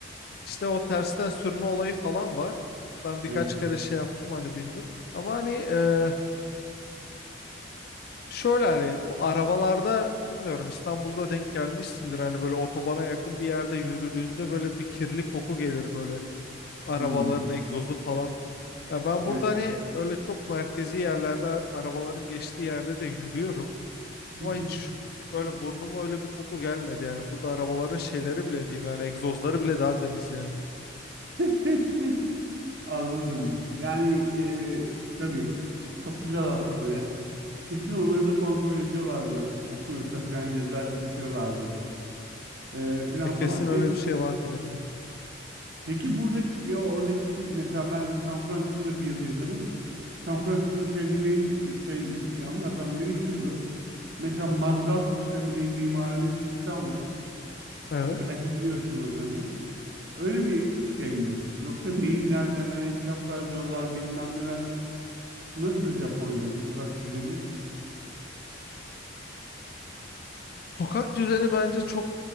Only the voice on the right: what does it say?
evet.
Hmm,
evet.
Hı hı.
<laughs> Anladım. Yani e, tabii çok güzel aslında ya. Kesin onları da kontrol ediyorlardır. Kokuyorsa falan ceza kesiyorlardır. E, filan
falan.
Peki
Peki buradaki ya oradaki şey mesela ben San Francisco'da bir yıl yaşadım. San Francisco'da sevdiğim en şey yanlardan biri şuydu. Mesela mazgal sistemi diye mimaride bir sistem var.
İşte belki biliyorsunuz hani. Öyle bir şey mi? Yoksa neyin nereden hani çapraz yollar bilmem neler. Nasıl Japonya'da sokak düzeni?